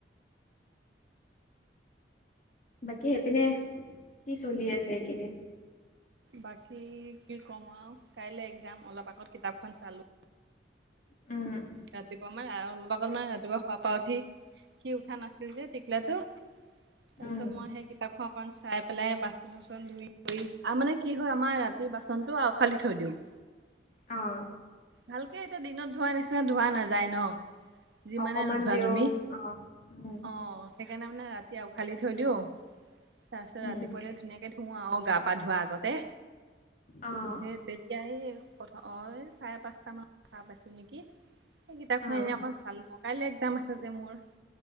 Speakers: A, on the left; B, on the right.
A: বাকী সেইপিনে, কি চলি আছে এইকেইদিন।
B: বাকী কি ক'ম আৰু, কাইলৈ এক্সাম অলপ আগত কিতাপখন চালো।
A: উম।
B: ৰাতিপুৱা মানে অলপ আগত মানে ৰাতিপুৱা শুৱাৰ পৰা উঠি সি উঠা নাছিল যে টিকলাটো, তাৰ
A: উম,
B: পিছত মই সেই কিতাপখন অকন চাই পেলাই বাচ <unintelligible> আৰু মানে কি হয় আমাৰ ৰাতি বাচনটো আউখালি থৈ দিওঁ।
A: অ'।
B: ভালকে এতিয়া দিনত ধোৱা নিচিনা, ধোৱা নাযায় ন'। যিমানে
A: অকমান
B: নোধোৱা
A: তেওঁ
B: তুমি,
A: অ', উম,
B: অ'। সেইকাৰণে মানে ৰাতি আউখালি থৈ দিওঁ, তাৰপিছত
A: উম,
B: ৰাতিপুৱালে ধুনীয়াকে ধোওঁ আৰু গা পা ধোৱাৰ আগতে,
A: অ',
B: সেই তেতিয়া এই, প্ৰথ এ চাৰে পাঁচটা মানত সাৰ পাইছোঁ নেকি। কিতাপখন
A: অ',
B: এনে অকণ চালো, কাইলৈ এক্সাম আছে যে মোৰ।